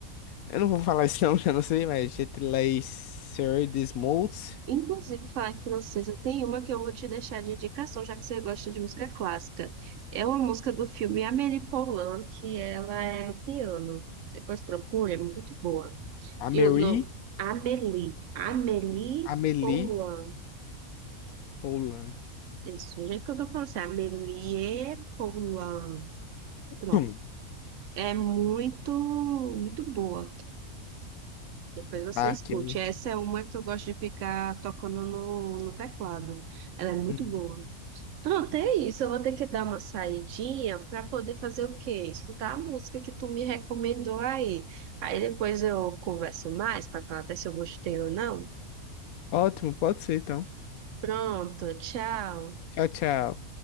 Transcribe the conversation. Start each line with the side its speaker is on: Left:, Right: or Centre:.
Left: Eu não vou falar isso não, <laughs> que eu não sei, mas Je te laisserai des mots,
Right: Inclusive, falar em francesa, tem uma que eu vou te deixar de indicação, já que você gosta de música clássica. É uma música do filme Amélie Poulain, que ela é no piano. Depois procura, é muito boa.
Left: Amélie,
Right: E o nome, Amélie. Amélie
Left: Amélie
Right: Poulain.
Left: Poulain.
Right: Isso, o jeito que eu tô falando, assim, Amélie Poulain. Pronto.
Left: Hum,
Right: É muito, muito boa. Depois você
Left: Tá,
Right: escute.
Left: que eu-
Right: Essa é uma que eu gosto de ficar tocando no, no teclado. Ela é muito
Left: hum.
Right: boa. Pronto, é isso. Eu vou ter que dar uma saidinha para poder fazer o quê? Escutar a música que tu me recomendou aí. Aí depois eu converso mais para falar até se eu gostei ou não.
Left: Ótimo, pode ser então.
Right: Pronto, tchau.
Left: Tchau, tchau.